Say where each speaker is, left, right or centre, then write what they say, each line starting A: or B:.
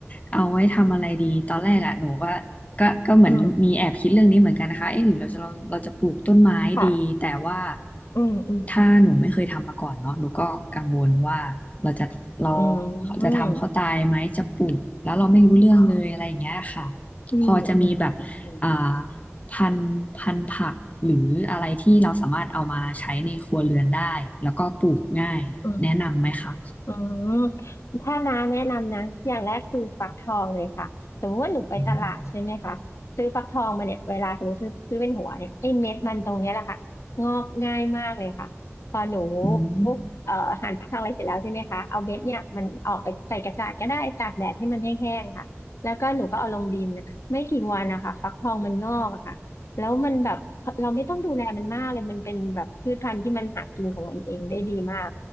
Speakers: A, on the left; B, on the left.
A: เอาไว้ทำอะไรดีตอนแรกอ่ะหนูก็ก็ก็เหมือนมีแอบคิดเรื่องนี้เหมือนกันนะคะเอ๊ะหรือเราจะเราเราจะปลูกต้นไม้ดีแต่ว่า
B: อืมค่ะอืมอืมอืม
A: ถ้าหนูไม่เคยทำมาก่อนเนาะหนูก็กังวลว่าเราจะเรา
B: อื
A: จะทำเขาตายไหมจะปลูกแล้วเราไม่รู้เรื่องเลยอะไรอย่างเงี้ยค่ะ
B: มอ๋ออืมอืมอืม
A: พอจะมีแบบอ่า พันธุ์พันธุ์ผักหรืออะไรที่เราสามารถเอามาใช้ในครัวเรือนได้แล้วก็ปลูกง่ายแนะนำไหมคะ
B: อืม อืมถ้าน้าแนะนำนะอย่างแรกคือฟักทองเลยค่ะสมมติว่าหนูไปตลาดใช่ไหมคะซื้อฟักทองมาเนี่ยเวลาสมมติซื้อซื้อเป็นหัวเนี่ยไอ้เม็ดมันตรงเนี้ยแหละค่ะงอกง่ายมากเลยค่ะพอหนู
A: อืมอืม
B: เอ่อหั่นฟักทองอะไรเสร็จแล้วใช่ไหมคะเอาเม็ดเนี่ยมันออกไปใส่กระจาดก็ได้ตากแดดให้มันแห้งๆค่ะแล้วก็หนูก็เอาลงดินนะไม่กี่วันนะคะฟักทองมันงอกอะค่ะแล้วมันแบบเราไม่ต้องดูแลมันมากเลยมันเป็นแบบพืชพันธุ์ที่มันหากินของมันเองได้ดีมาก